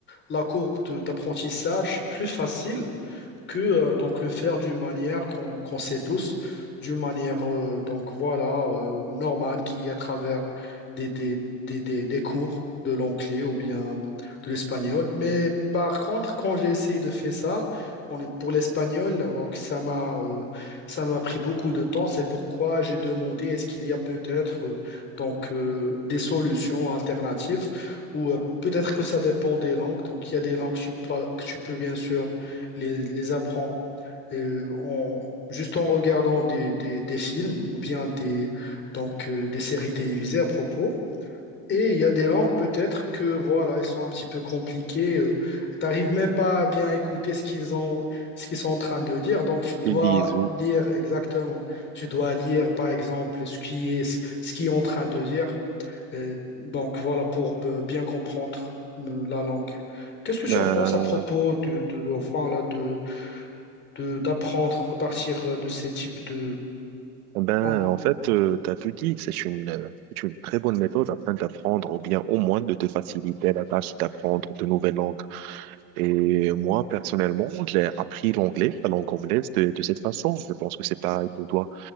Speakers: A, on the left; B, on the right.
A: la courbe de- d'apprentissage plus facile que euh, donc le faire d'une manière qu'on qu'on sait tous, d'une manière euh, donc voilà euh, normale qui est à travers des, des, des, des, des cours de l'anglais ou bien de l'espagnol. Mais par contre, quand j'ai essayé de faire ça, on est pour l'espagnol, donc ça m'a euh, ça m'a pris beaucoup de temps. C'est pourquoi j'ai demandé est-ce qu'il y a peut-être euh, donc euh, des solutions alternatives ou euh, peut-être que ça dépend des langues. Donc il y a des langues que tu peux, que tu peux bien sûr les, les apprend euh, en, juste en regardant des, des- des films ou bien des, donc, euh, des séries télévisées à propos. Et il y a des langues peut-être que voilà, elles sont un petit peu compliquées. euh, t'arrives même pas à bien écouter ce qu'ils ont, ce qu'ils sont en train de dire. Donc tu dois
B: Ils disent oui.
A: lire exactement. Tu dois lire par exemple ce qui est, ce qui est en train de dire. Euh, donc voilà pour euh, bien comprendre euh, la langue. Qu'est-ce que
B: Ben,
A: tu en penses à propos de, de, de- enfin, là, de, de d'apprendre à partir de ces types de...
B: Eh Ben,
A: Oh,
B: en fait, tu as tout dit. C'est une, euh, c'est une très bonne méthode afin d'apprendre ou bien au moins de te faciliter la tâche d'apprendre de nouvelles langues. Et moi, personnellement, j'ai appris l'anglais, la langue anglaise, de, de cette façon. Je pense que c'est pareil pour toi.